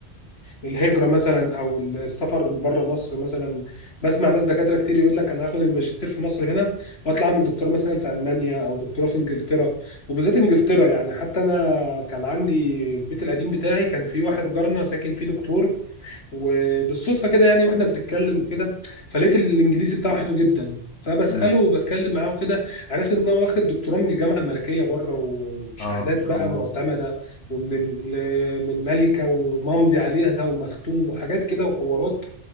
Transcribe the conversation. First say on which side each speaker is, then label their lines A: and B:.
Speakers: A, on the left (about 65°); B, on the left (about 80°).
A: الهجرة مثلا أو السفر بره مصر مثلا بسمع ناس دكاترة كتير يقول لك أنا هاخد الماجستير في مصر هنا وأطلع أعمل دكتوراه مثلا في ألمانيا أو دكتوراه في إنجلترا وبالذات إنجلترا يعني حتى أنا كان عندي البيت القديم بتاعي كان في واحد جارنا ساكن فيه دكتور وبالصدفه كده يعني واحنا بنتكلم وكده فلقيت الانجليزي بتاعه حلو جدا فبساله
B: امم
A: وبتكلم معاه وكده عرفت ان هو واخد دكتوراه من الجامعه الملكيه بره وشهادات
B: اه ان شاء
A: بقى
B: الله
A: معتمده ومن ال- من ملكه وممضي عليها ومختوم وحاجات كده وحوارات